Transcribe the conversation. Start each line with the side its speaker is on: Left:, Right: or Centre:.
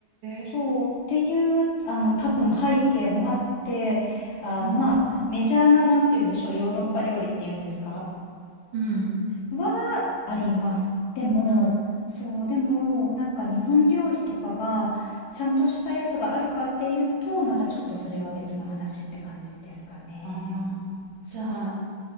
Left: そう、
Right: え。
Left: っていう、あの多分背景もあって、あのまあ、
Right: うん。
Left: メジャーななんて言うんでしょう、ヨーロッパ料理っていうんですか
Right: うん
Left: はあります。でも、
Right: な
Left: そう、でも、なんか日本料理とかが、ちゃんとしたやつがあるかっていうと、またちょっとそれは別の話って感じですかね。
Right: あーじゃあ、
Left: そう、